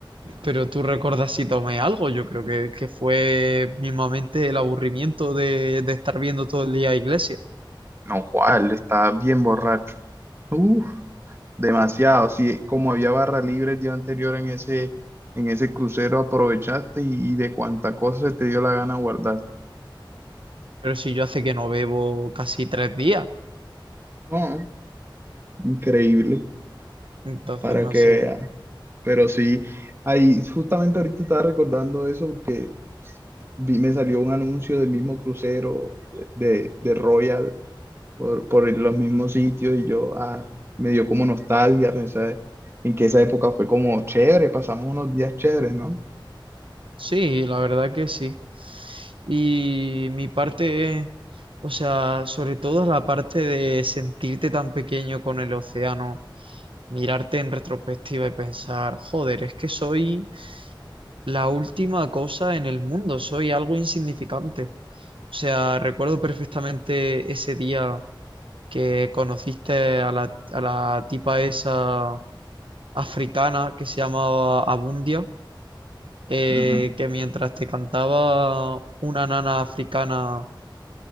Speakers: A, on the right; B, on the right.
A: Pero tú recuerdas si tomé algo, yo creo que, que fue mismamente el aburrimiento de, de estar viendo todo el día iglesia.
B: No, Juan, estaba bien borracho. Uf, demasiado. Sí, como había barra libre el día anterior en ese, en ese crucero, aprovechaste y, y de cuánta cosa se te dio la gana guardar.
A: Pero si yo hace que no bebo casi tres días,
B: No, increíble,
A: entonces
B: para
A: no
B: que
A: sé.
B: vea. Pero sí, ahí justamente ahorita estaba recordando eso porque vi, me salió un anuncio del mismo crucero de, de Royal por, por los mismos sitios y yo ah, me dio como nostalgia pensar en que esa época fue como chévere, pasamos unos días chéveres, ¿no?
A: Sí, la verdad que sí. Y mi parte es, o sea, sobre todo es la parte de sentirte tan pequeño con el océano, mirarte en retrospectiva y pensar, joder, es que soy la última cosa en el mundo, soy algo insignificante. O sea, recuerdo perfectamente ese día que conociste a la, a la tipa esa africana que se llamaba Abundia eh,
B: Ujú.
A: que mientras te cantaba una nana africana